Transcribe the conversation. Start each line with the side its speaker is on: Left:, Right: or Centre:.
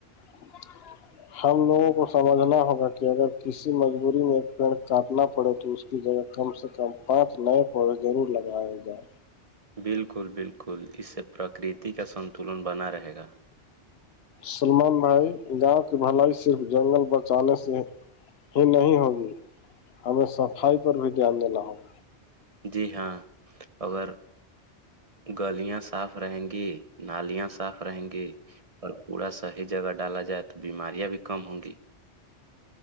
Left: <unintelligible> ہم لوگوں کو سمجھنا ہوگا کہ اگر کسی مجبوری میں ایک پیڑ کاٹنا پڑے تو اس کی جگہ کم سے کم پانچ نئے پودے ضرور لگوائے جائ
Right: بالکل بالکل اس سے پرکرتی کا سنتلن بنا رہے گا
Left: سلمان بھائی گاؤں کی بھلائی صرف جنگل بچانے سے ہی نہیں ہوگی ہمیں صفائی پر بھی دھیان دینا ہوگا
Right: جی ہاں اگر گلیاں صاف رہیں گی نالیاں صاف رہیں گی اور پورا صحیح جگہ ڈالا جائے تو بیماریاں بھی کم ہوں گی